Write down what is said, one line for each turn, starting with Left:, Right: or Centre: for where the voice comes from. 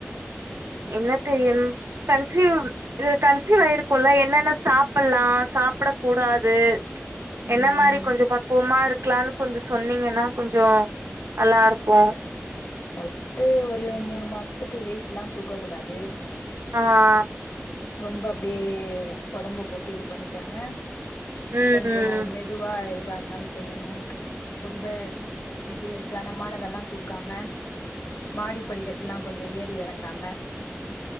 Right: என்ன தெரியனும் கன்சிவ் இது கன்சிவ் ஆயிருக்கும் இல்ல என்னென்ன சாப்பலாம் சாப்பிடக் கூடாது
Left: ம்
Right: என்ன மாரி
Left: ம்
Right: கொஞ்சோம் பக்குவமா இருக்கலானு கொஞ்சோம் சொன்னீங்கன்னா கொஞ்சோம் நல்லாருக்கும்
Left: ஃபர்ஸ்ட்டு ஒரு மூணு மாசத்துக்கு வெயிட்லாம் தூக்க கூடாது
Right: ஆஹ
Left: ரொம்ப அப்டியே ஒடம்ப போட்டு இது பண்ணிக்காம
Right: ம்,
Left: கொஞ்சோ
Right: ம்.
Left: மெதுவா எதுவா இருந்தாலு செய்யணூ ரொம்ப இது கனமானதெல்லா தூக்காம மாடி படிக்கட்லா கொஞ்சோ ஏறி எறங்காம